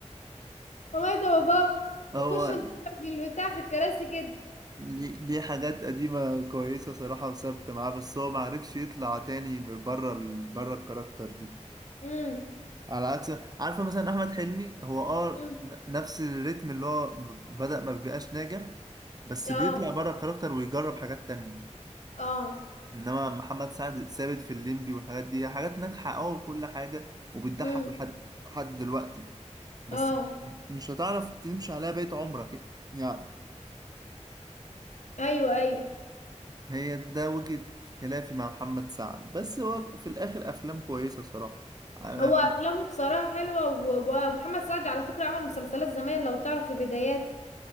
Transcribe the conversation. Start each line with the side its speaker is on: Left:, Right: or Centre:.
Left: ميتة باباخ
Right: هو
Left: وخش انت في البتاع في الكراسي كده
Right: لي- دي حاجات قديمة كويسة صراحة وثابتة معاه بس هو معرفش يطلع تاني من بره ال... بره الكاركتر دي
Left: امم
Right: على عكس عارفة مثلا أحمد حلمي هو اه
Left: امم
Right: ن- نفس الريتم اللي هو ب- بدأ ما بيبقاش ناجح بس
Left: اه
Right: بيطلع بره الكاركتر ويجرب حاجات تانية
Left: اه
Right: إنما محمد سعد ثابت في الليمبي والحاجات دي حاجات ناجحة أوي وكل حاجة وبتضحك
Left: امم
Right: لحد لحد دلوقتي بس
Left: اه
Right: مش هتعرف تمشي عليها بقية عمرك يعني
Left: ايوه ايوه
Right: هي ده وجهة خلافي مع محمد سعد بس هو في الآخر أفلام كويسة صراحة آه،
Left: هو افلامه بصراحه حلوه و- ومحمد سعد على فكره عمل مسلسلات زمان لو تعرف في بداياته